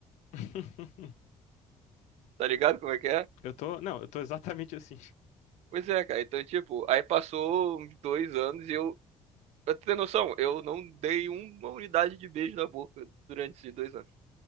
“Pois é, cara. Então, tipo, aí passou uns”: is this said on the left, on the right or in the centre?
Right